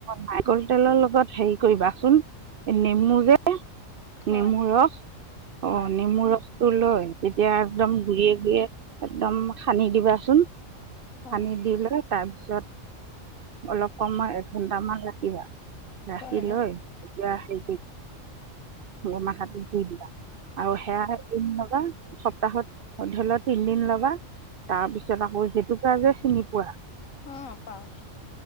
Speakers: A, on the right; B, on the left.
A: নাৰিকল তেলৰ লগত হেৰি কৰিবাচোন নেমু যে <unintelligible>
B: হয়
A: নেমুৰ ৰস
B: হয়
A: অ নেমুৰ ৰস তটো লৈ তেতিয়া একদম ঘুভিভিৰিয়ে ঘুৰিয়ে একদম সানি দিবাচোন <unintelligible>
B: হয়
A: আ দিল <unintelligible> তাৰপিছত অলপ সময় এঘণ্টামান ৰাখিবা <unintelligible> ৰাখি
B: হয় হয়
A: লৈ এতিয়া হে ম মাখাটো স দিবা <unintelligible> আৰু হে বা <unintelligible> সপ্তাহত অধ ল'তিনদিন লবা তাৰপিছত আকৌ জেতুকা যে চিনি পোৱা?
B: অ, পাও।